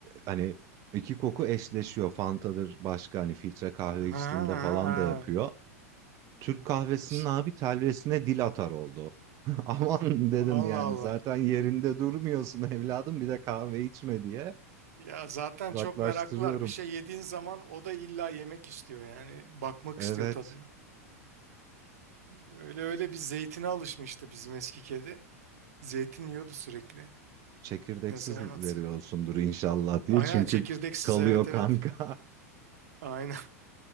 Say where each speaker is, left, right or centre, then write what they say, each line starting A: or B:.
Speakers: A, on the right; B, on the right.
A: Hani iki koku eşleşiyor. Fanta'dır başka hani filtre kahve
B: Ha,
A: içtiğimde falan da yapıyor. Türk kahvesinin
B: ş-
A: abi telvesine dil atar oldu. <laughs> Aman dedim
B: Allah
A: yani
B: Allah.
A: zaten yerinde durmuyorsun evladım bir de kahve içme diye
B: Ya zaten
A: uzaklaştırıyorum.
B: çok meraklılar. Bir şey yediğin zaman o da illa yemek istiyor yani. Bakmak
A: Evet.
B: istiyor tadına. Öyle öyle bir zeytine alışmıştı bizim eski kedi. Zeytin yiyordu sürekli.
A: çekirdeksiz
B: Ne zaman
A: veriyorsundur
B: atsak.
A: inşallah diye.
B: Aynen
A: Çünkü
B: çekirdeksiz
A: kalıyor
B: evet evet.
A: kanka. <laughs>
B: Aynen.